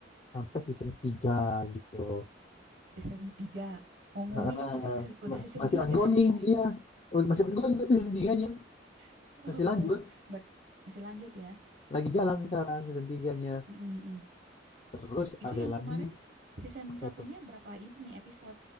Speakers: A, on the left; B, on the right.
A: sampai season 3 gitu.
B: Season 3, Ongoing
A: Heeh,
B: tapi masih- udah
A: mas-
B: season
A: masih
B: 3
A: ongoing,
B: nih.
A: iya. Oh, Masih ongoing tapi season tiganya
B: <laughs> Oh,
A: masih lanjut.
B: Ber- masih lanjut ya.
A: Lagi jalan sekarang season tiganya
B: Mm, mm, mm.
A: Terus
B: Itu
A: ada
B: yang
A: lagi
B: kemarin season
A: apa
B: satunya
A: tuh?
B: berapa ini episode?